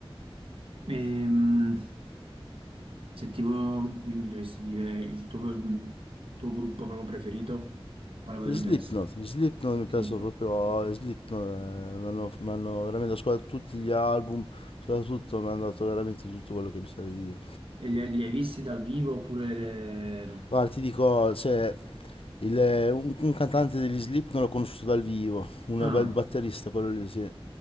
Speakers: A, on the right; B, on the left.
A: Ehm, se tipo mi, mi dovessi dire il tuo, mm, il tuo gruppo proprio preferito, quale potrebbe
B: Gli Slipknot,
A: essere?
B: gli Slipknot mi
A: I
B: piacciono
A: Snoop Dogg.
B: proprio, gli Slipknot, eh, mi hanno, mi hanno veramente ascoltato tutti gli album, ascoltato tutto, mi hanno dato veramente tutto quello che mi serviva.
A: E li, li hai visti dal vivo oppure no?
B: Guarda, ti dico, cioè, il- un, un cantante degli Slip non l'ho conosciuto dal vivo, un
A: Ah,
B: bel batterista quello lì, sì.